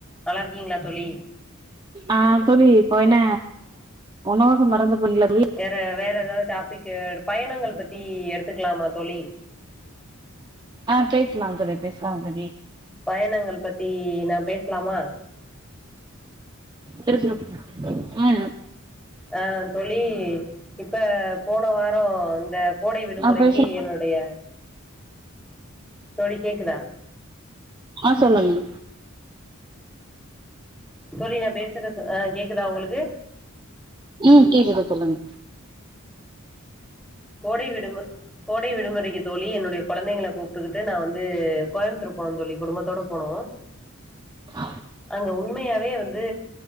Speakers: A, in the centre; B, on the right (about 20°).
A: நல்லா இருக்கீங்களா தோழி
B: ஆ தோழி இப்ப என்ன உணவக மறந்து போனில வீ
A: வேற வேற ஏதாவுது டாபிக்கு பயணங்கள் பத்தி எடுத்துக்கலாமா தோழி
B: ஆ பேசலாம் தோழி பேசலாம் தோழி
A: பயணங்கள் பத்தி நா பேஸ்லாமா
B: திருப்புறோ அ
A: ஆ தோழி இப்ப போன வாரோ இந்த கோடை விடுமுறைக்கு
B: ஆ பேச
A: என்னுடைய தோழி கேக்குதா
B: ஆ சொல்லுங்க
A: தோழி நா பேசுறது ஆ கேக்குதா உங்களுக்கு
B: ம் கேக்குது சொல்லுங்க
A: கோடை விடுமு கோடை விடுமுறைக்கு தோழி என்னுடைய குழந்தைங்கள கூப்ட்டுக்கிட்டு நா வந் ந்து கோயம்புத்தூர் போனோ தோழி குடும்பத்தோட போனோ
B: ஆ
A: ஆமா உண்மயாவே வந்து